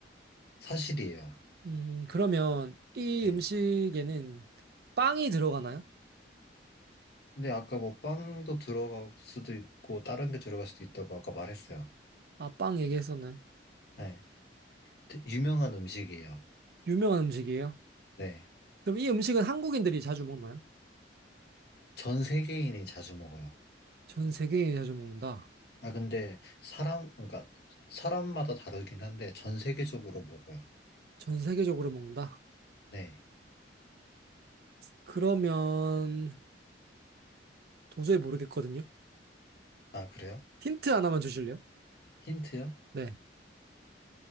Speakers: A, on the left; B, on the right.
A: 사실이에요.
B: 음, 그러면 이
A: 네.
B: 음식에는 빵이 들어가나요?
A: 근데 아까 뭐 빵도 들어갈 수도 있고, 다른 게 들어갈 수도 있다고 아까 말했어요.
B: 아, 빵 얘기했었나요?
A: 네. 되- 유명한 음식이에요.
B: 유명한 음식이에요?
A: 네.
B: 그럼 이 음식은 한국인들이 자주 먹나요?
A: 전 세계인이 자주 먹어요.
B: 전 세계인이 자주 먹는다.
A: 아, 근데 사람, 그러니까 사람마다 다르긴 한데 전 세계적으로 먹어요.
B: 전 세계적으로 먹는다.
A: 네.
B: 그러면 도저히 모르겠거든요.
A: 아, 그래요?
B: 힌트 하나만 주실래요?
A: 힌트요?
B: 네,